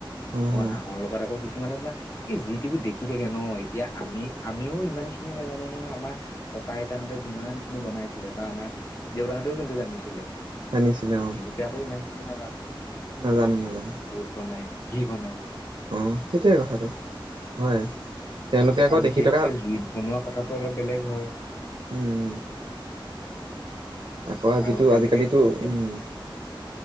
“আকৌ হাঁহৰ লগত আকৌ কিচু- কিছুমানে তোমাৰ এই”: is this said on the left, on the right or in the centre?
Left